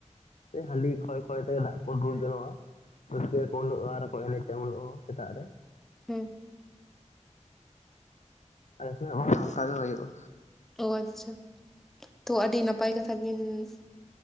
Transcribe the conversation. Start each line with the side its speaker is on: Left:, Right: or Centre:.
Left: ᱮ ᱦᱟᱸᱰᱤ ᱠᱷᱚᱭ ᱠᱷᱚᱭ ᱛᱮ ᱫᱟᱜ ᱠᱚ ᱫᱩᱞ ᱡᱚᱝ-ᱟ᱾ ᱨᱟᱹᱥᱠᱟᱹᱠᱚ ᱩᱞᱩᱜᱼᱟ ᱟᱨᱚᱠᱚ ᱮᱱᱮᱡᱟ ᱩᱱ ᱦᱤᱞᱳᱜ ᱥᱮᱛᱟᱜ ᱨᱮ᱾
Centre: ᱦᱮᱸ
Left: ᱟᱥᱮᱜ ᱦᱚᱸ ᱚᱱᱠᱟ ᱜᱮ ᱦᱩᱭᱩᱜ-ᱟ᱾
Centre: ᱚ ᱟᱪᱪᱷᱟ ᱛᱚ ᱟᱹᱰᱤ ᱱᱟᱯᱟᱭ ᱠᱟᱛᱷᱟ ᱵᱤᱱ ᱩᱸ